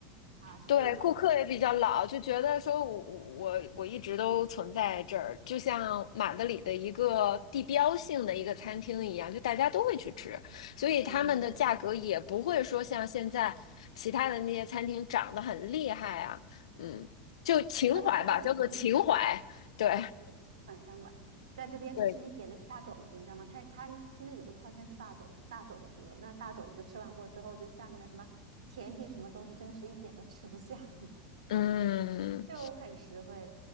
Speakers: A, on the right; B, on the left.
A: 啊，是这种，
B: 对，顾客也比较老，就觉得说我我我一直都存在这儿，就像马德里的一个地标性的一个餐厅一样，就大家都会去吃，所以他们的价格也不会说像现在其他的那些餐厅涨得很厉害啊，
A: 嗯，赞同，
B: 嗯，就情怀吧，
A: 它就比较稳定。
B: 叫做情怀，对
A: 对，清晚餐馆，在这边就是你点那个大肘子，
B: 对，
A: 你知道吗？它它真的有个套餐是大肘大肘子，那大肘子吃完过之后，就下面的什么甜品什么东西，真的是一点都吃不下，<laughs>
B: 嗯
A: 就很实惠。